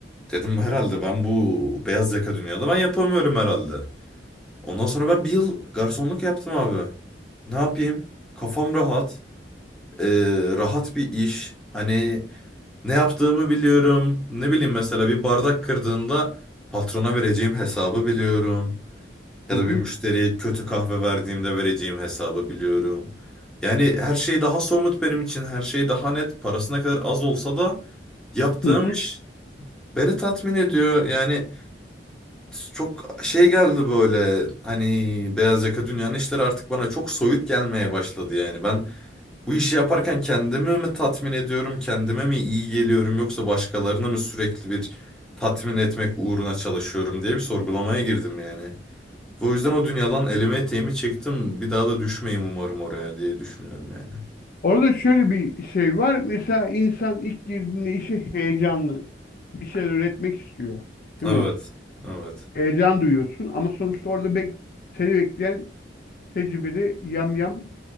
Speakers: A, in the centre; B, on the left (about 50°).
A: dedim herhalde ben bu beyaz yaka dünyada ben yapamıyorum herhalde. Ondan sonra ben bir yıl garsonluk yaptım abi. Ne yapayım? Kafam rahat. Ee, rahat bir iş. Hani ne yaptığımı biliyorum. Ne bileyim mesela bir bardak kırdığında patrona vereceğim hesabı biliyorum. Ya
B: Hı hı.
A: da bir müşteriye kötü kahve verdiğimde vereceğim hesabı biliyorum. Yani her şey daha somut benim için. Her şey daha net. Parası ne kadar az olsa da yaptığım
B: Hı hı.
A: iş beni tatmin ediyor. Yani çok şey geldi böyle. Hani beyaz yaka dünyanın işleri artık bana çok soyut gelmeye başladı yani. Ben bu işi yaparken kendimi mi tatmin ediyorum? Kendime mi iyi geliyorum? Yoksa başkalarına mı sürekli bir tatmin etmek uğruna çalışıyorum diye bir sorgulamaya girdim yani. Ve o yüzden o dünyadan elime eteğimi çektim. Bir daha da düşmeyeyim umarım oraya diye düşünüyorum yani.
B: Orada şöyle bir şey var. Mesela insan ilk girdiğinde işe heyecanlı. Bir şeyler üretmek istiyor. Değil
A: Evet.
B: mi?
A: Evet.
B: Heyecan duyuyorsun ama sonuçta orada bek seni bekleyen tecrübeli yamyam